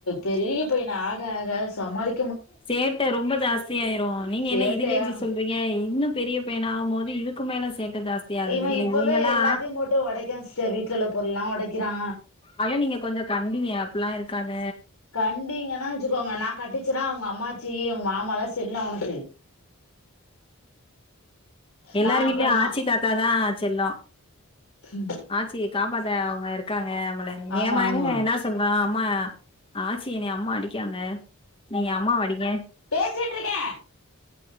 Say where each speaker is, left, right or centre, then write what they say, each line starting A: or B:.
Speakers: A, on the left; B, on the left.
A: பெரிய பையனா ஆக ஆக சமாளி
B: சேட்ட ரொம்ப ஜாஸ்தியாயிரு நீங்க
A: சேட்டையா
B: என்ன இதுக்கே இப்டி சொல் றீங்க இன்னு பெரிய பையனாகும் போது இதுக்கு மேல சேட்ட ஜாஸ்தி ஆகுது
A: இவெ
B: இந்த
A: இப்பவே
B: இவிங்கெல்லா
A: எல்லாத்தையு போட்டு ஒடைக்கா சிஸ்டர் வீட்ல உள்ள பொருள்லா ஒடக்கிறா
B: ஆனா நீங்க கொஞ்சொ கண்டிங்க அப்டிலா இருக்காத
A: கண்டிங்கனா வச்சுக்கோங்க நா கட்டிச்சேன்னா அவுங்க அம்மாச்சி அவாங்க மாமால்லா செல்ல அவனுக்கு
B: எல்லாரு
A: நா
B: வீட்லயு
A: நா
B: ஆச்சி தாத்தாதா செல்லோ
A: ம்
B: ஆச்சி காப்பாத அவுங்க இருக்காங்க நம்ள
A: ஆமா
B: ஏ மயனே
A: ஆமா
B: என்ன சோ ல்வ அம்மா ஆச்சி என்னய அம்மா அடிக்காங்க நீங்க அம்மாவ அடிங்க
A: பேசிட்டு இருக்கே